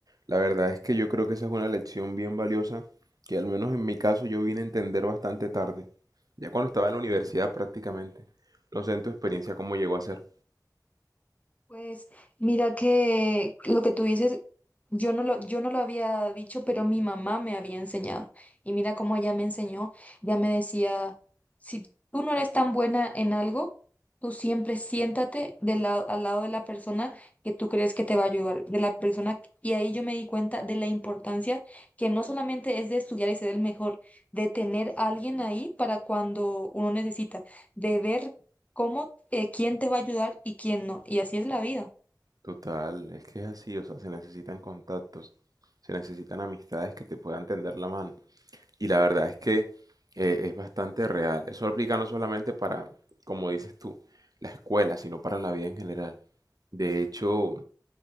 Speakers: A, on the right (about 60°); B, on the left (about 20°).
A: La verdad es que yo creo que esa es una lección bien valiosa que al menos en mi caso yo vine a entender bastante tarde, ya cuando estaba en la universidad prácticamente. No sé en tu experiencia cómo llegó a ser.
B: Pues mira que lo que tú dices, yo no lo, yo no lo había dicho, pero mi mamá me había enseñado. Y mira cómo ella me enseñó, ya me decía, si tú no eres tan buena en algo, tú siempre siéntate del lado, al lado de la persona que tú crees que te va a ayudar, de la persona. Y ahí yo me di cuenta de la importancia que no solamente es de estudiar y ser el mejor, de tener a alguien ahí para cuando uno necesita, de ver cómo, eh, quién te va a ayudar y quién no. Y así es la vida.
A: Total, es que es así, o sea, se necesitan contactos, se necesitan amistades que te puedan tender la mano. Y la verdad es que eh, es bastante real. Eso aplica no solamente para, como dices tú, la escuela, sino para la vida en general. De hecho,